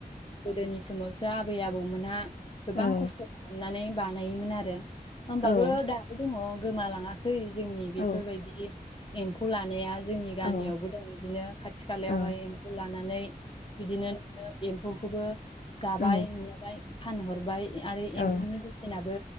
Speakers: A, on the left (about 35°); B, on the left (about 70°).
A: गोदो नि समावसो आबै आबौमोनहा गोबां
B: ओं
A: खस्थ' खालामनानै बानायोमोन आरो होमबाबो
B: ओं
A: दाबो दङ गोमालाङा खै जोंनि बेफोरबायदि
B: औ
A: एम्फौ लानाया जोंनि गामियावबो
B: औ
A: दं बिदिनो खाथि खालायावहाय
B: औ
A: एम्फौ लानानै बिदिनो नो एम्फौखौबो जाबाय
B: औ
A: नङाबाय फानहरबाय आरो एम्फौनि
B: औ
A: बेसेनाबो